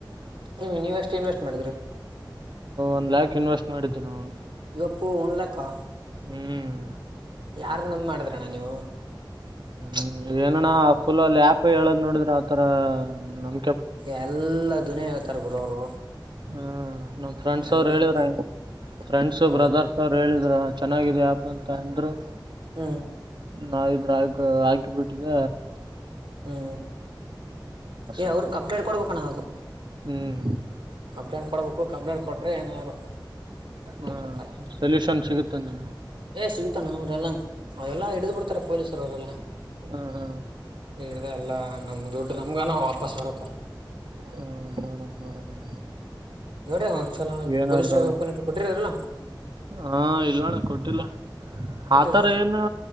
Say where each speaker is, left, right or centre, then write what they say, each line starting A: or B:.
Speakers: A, on the right (about 85°); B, on the right (about 70°).
A: ಹ್ಮ ನೀವ್ ಇನ್ವೆಸ್ಟ್ ಮಾಡಿದ್ರಿ
B: ಒಂದ್ ಲಾಕ್ ಇನ್ವೆಸ್ಟ್ ಮಾಡಿದ್ದೆ ನಾವು
A: ಗೊಪ್ಪು ಒನ್ಲಕ್ಕ
B: ಹ್ಮ್
A: ಯಾರು ನಮ್ಮ ಮಾಡಿದ್ರಣ್ಣ ನೀವು
B: ಹ್ಮ್ ಏನಣ್ಣ ಫುಲ ಅಲ್ಲಿ ಆಪ್ ಹೇಳೋದ್ ನೋಡಿದ್ರೆ ಆತರ ನಮ
A: ಎಲ್ಲ ದುನೇ ಹೇಳ್ತಾರ ಗುರ ಅವರು
B: ಹ್ಮ ನಮ್ ಫ್ರೆಂಡ್ಸ್
A: ಎಲ್ಲ
B: ಅವ್ರು ಹೇಳಿದ್ರ ಫ್ರೆಂಡ್ಸ್
A: ಹ್ಮ್
B: ಬ್ರದರ್ಸ್ ಅವರು ಹೇಳಿದ್ರ ಚೆನ್ನಾಗಿದೆ ಆಪ್ ಅಂತ ಅಂದ್ರು
A: ಹ್ಮ್
B: ನಾವಬ್ರಾಯ ಆಕಿಬಟ್ಟಿದ್ದ
A: ಹ್ಮ್ ಏ
B: ಆಯ್ತು
A: ಅವ್ರ ಕಂಪ್ಲೇಂಟ್ ಕೊಡ್ಬೇಕಣ ಅದು
B: ಹ್ಮ್
A: ಕಂಪ್ಲೇಂಟ್ ಕೊಡ್ಬೇಕು ಕಂಪ್ಲೇಂಟ್ ಕೊಟ್ರೆ ಏನಾರು ಮಾಡ್ತಿರ್ತಾರಾ
B: ಹ ಸೊಲ್ಯೂಷನ್ ಸಿಗುತ್ತಂದ
A: ಏ ಸಿಗತ ನ ಅವ್ರಲ್ಲಾ ಅವರೆಲ್ಲಾ ಹಿಡಿದ್ ಬಿಡ್ತಾರ. ಪೊಲೀಸರುವರೆಲ್ಲ.
B: ಹಾ ಹಾ.
A: ಹಡ್ದ ಅಲ್ಲಾ ನಮ್ ದುಡ್ ನಮ್ಗನ ವಾಪಸ್ ಬರುತ್ತ.
B: ಹಾ ನೋಡ ನೋಡಮಣ್ಣ
A: ನೋಡ್ರಿ ಒಂದ್ಸಲ
B: ಏನಾದ್ರೂ
A: ಪೊಲೀಸ್ ಕಂಪ್ಲೇಂಟ್ ಕೊಟ್ಟಿರಲ್ಲ
B: ಹಾ ಇಲ್ಲಣ್ಣ ಕೊಟ್ಟಿಲ್ಲ.
A: ಕೊಟ್ಟಿಲ್ವಾ
B: ಆತರ ಏನು